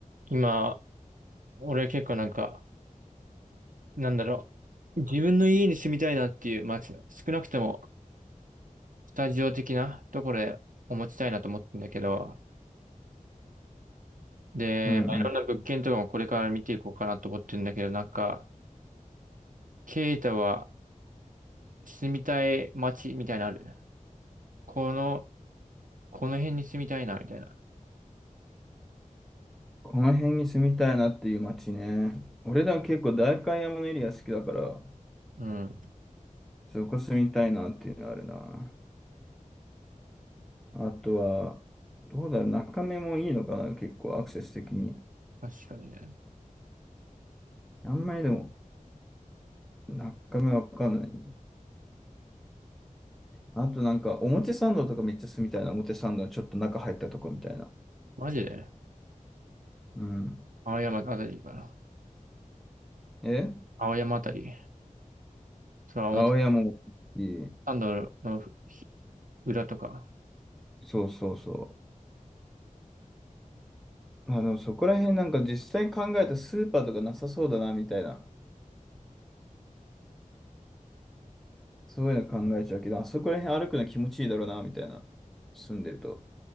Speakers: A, on the right (about 70°); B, in the centre.
A: 今、俺結構なんか、なんだろう。自分の家に住みたいなっていう、まあ、つ少なくとも、スタジオ的なところでお持ちたいなと思ってんだけど、で、
B: うんうん。
A: まあ、いろんな物件とかもこれから見ていこうかなと思ってるんだけど、なんか、ケイタは住みたい街みたいなのある。この、この辺に住みたいな、みたいな。
B: この辺に住みたいなっていう街ね。俺ら結構代官山のエリア好きだから、
A: うん。
B: そこ住みたいなっていうのあるな。あとは、どうだろう、中目もいいのかな、結構アクセス的に。
A: 確かにね。
B: あんまりでも、中目わかんない。あとなんか、表参道とかめっちゃ住みたいな。表参道のちょっと中入ったとこみたいな。
A: マジで
B: うん。
A: 青山あたりかな。
B: え
A: 青山あたり。それは表
B: 青山もいい。
A: 参道のひ裏とか。
B: そうそうそう。まあの、そこら辺なんか実際考えたスーパーとかなさそうだな、みたいな。そういうの考えちゃうけど、あそこら辺歩くの気持ちいいだろうな、みたいな。住んでると。